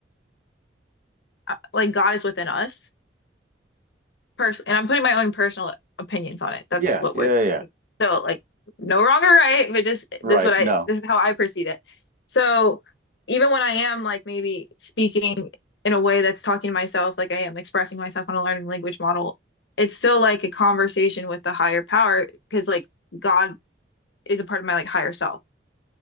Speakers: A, on the left (about 70°); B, on the right (about 45°).
A: uh, like God is within us, person and I'm putting my own personal opinions on it. That's
B: Yeah.
A: what
B: Yeah.
A: we're
B: Yeah.
A: so like no wrong or right, but just
B: Right.
A: this is what I
B: No.
A: this is how I perceive it. So even when I am like maybe speaking in a way that's talking to myself, like I am expressing myself on a learning language model, it's still like a conversation with the higher power because like God is a part of my like higher self.